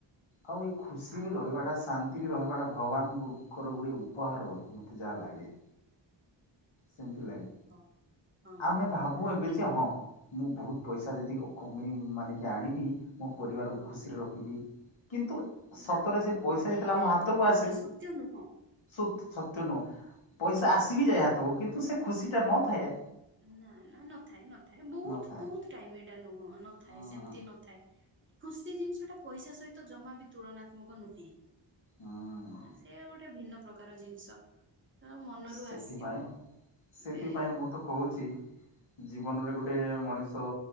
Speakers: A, on the left; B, on the right.
A: ଆଉ ଏଇ ଖୁସିରେ
B: ଆଉ
A: ରହିବା ଟା ଶାନ୍ତିରେ ରହିବାଟା ଭଗବାନଙ୍କୁ ର ଗୋଟେ ଉପହାର ବୋଧେ ମତେ ଯାହା ଲାଗେ ସେମତି ଲାଗେ
B: ହଁ। ହଁ
A: ଆମେ
B: ହଁ
A: ଭାବୁ ଏବେ
B: କିନ୍ତୁ
A: ଯେ ହଁ ମୁଁ ବହୁତ ପଇସା ଯଦି କମେଇ ମାନିକି ଆଣିବି ମୋ ପରିବାରକୁ
B: ହଁ
A: ଖୁସିରେ ରଖିବି କିନ୍ତୁ ସତରେ
B: ନା
A: ସେ
B: ନା
A: ପଇସା
B: ନା ସେଇଟା
A: ଯେଥିଲା ମୋ ହାତକୁ
B: ପ୍ରକୃତରେ
A: ଆସେ
B: ସତ୍ୟ ନୁହଁ
A: ସତ୍ୟ ନୁହଁ ପଇସା ଆସିବି
B: ହଁ।
A: ଯାଏ ହାତକୁ କିନ୍ତୁ ସେ ଖୁସି ଟା ନଥାଏ ଆ
B: ନା ନା ନଥାଏ ନ ଥାଏ ବହୁତ
A: ନଥାଏ
B: ବହୁତ ଟାଇମ ଏଇଟା ନହ ନଥାଏ
A: ହଁ
B: ସେମିତି ନଥାଏ। ଖୁସି ଜିନିଷଟା ପଇସା ସହିତ ଜମା ବି ତୁଳନାତ୍ମକ ନୁହେଁ।
A: ହୁଁ
B: ସେ ଗୋଟେ ଭିନ୍ନ ପ୍ରକାର ଜିନିଷ ମନରୁ
A: ସେଥିପାଇଁ
B: ଆସିବ
A: ସେଥିପାଇଁ
B: ଏ
A: ମୁଁ ତ କହୁଛି
B: <inaudible>
A: ଜୀବନରେ ଗୋଟେ ମଣିଷ